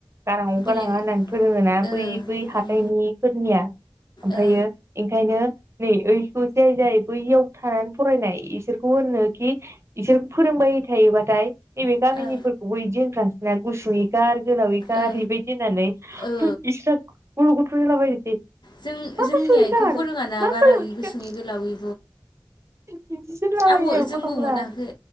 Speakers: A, on the right; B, on the left.
A: गारांअ
B: गेले
A: गाराआ होननानै फोरोङोना
B: ओ
A: बै- बै हाथाइनिफोरनिया
B: ओं
A: ओमफ्रायो
B: औ
A: एंखायनो नै ओइखौ जाय जाय बैयाव थानानै फरायनाय इसोरखौ होननोखि इसोरखौ फोरोंबाय थायोबाथाय नैबे गामिनिफोरखौबो
B: ओ
A: एदि होनफ्लांसैना गुसुयै खोर गोलावै खार
B: ओ
A: खार एबायदि होननानै
B: ओ
A: इस्रा गल' गथ' जालाबायनोसै
B: जों-जोंनिया
A: मा गुसुयै
B: एखौ
A: गार
B: फोरोङाना
A: मा
B: गारां
A: गोलावै
B: इ गुसुं
A: गार
B: इ गोलाइ
A: बिदिसो होनलाबायो
B: आंबो जोंबो
A: गथ'फोरा
B: मोनाखै